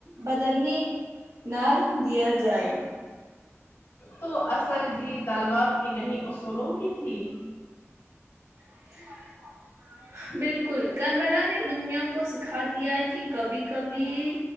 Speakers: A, on the right (about 85°); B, on the left (about 80°).
A: بدلنے نہ دیا جائے
B: تو اصل جی تلوار کی نہیں اصولوں کی تھی
A: <unintelligible> بالکل کربلا نے دنیا کو سکھا دیا کی کبھی کبھی